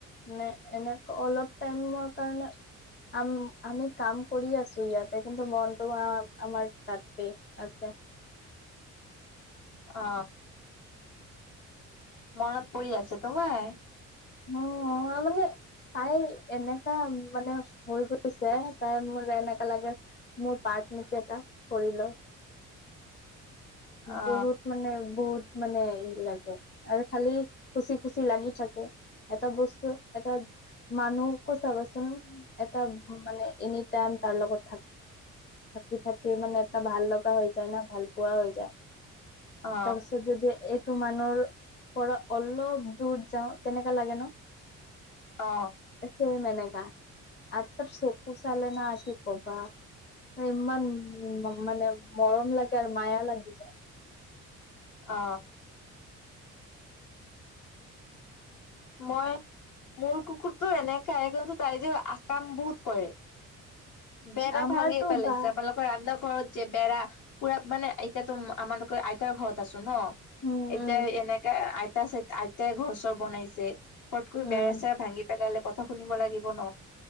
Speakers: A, on the left (about 35°); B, on the left (about 70°).
A: মানে এনে অলপ টাইমৰ কাৰণে আম আমি কাম কৰি আছো ইয়াতে কিন্তু মনটো আ আমাৰ তাতে আছে।
B: অ। মনত পৰি আছে তোমাৰ?
A: ন, মানে তাইৰ এনেকা মানে হৈ গৈছে, তাই মোৰ এনেকা লাগে মোৰ পাৰ্ট নেকি এটা শৰীলৰ।
B: অ
A: বহুত মানে বহুত মানে ই লাগে আৰু খালি খুচি খুচি লাগি থাকো। এটা বস্তু এটা মানুহকো চাবাচোন এটা মানে এনি টাইম তাৰ লগত থাক থাকি থাকে মানে এটা ভাল লগা হৈ যায় ন ভাল পোৱা হৈ যায়।
B: অ
A: তাৰপিছত যদি এইটো মানুহৰ পৰা অলপ দূৰ যাওঁ কেনেকা লাগে ন।
B: অ।
A: ছেম এনেকা আৰু তাৰ চকু চালানা কি ক'বা। ইমান উ মানে মৰম লাগে আৰু মায়া লাগি যায়।
B: অ। মই মোৰ কুকুৰতো এনেকাই কিন্তু তাই যে আ কাম বহুত কৰে। বেৰা
A: আমাৰতো
B: ভাঙি পেলাইছে
A: বা
B: <unintelligible> বাৰান্দা ঘৰত যে বেৰা পুৰা মানে এতিয়াটো আমালোকৰ আইতাৰ ঘৰত আছো ন।
A: উম
B: এতিয়া
A: উম
B: এনেকা আইতা চা আইতাই ঘৰ চৰ বনাইছে। ফটকৈ
A: উম
B: বেৰা চেৰা ভাঙি পেলালে কথা শুনিব লাগিব ন,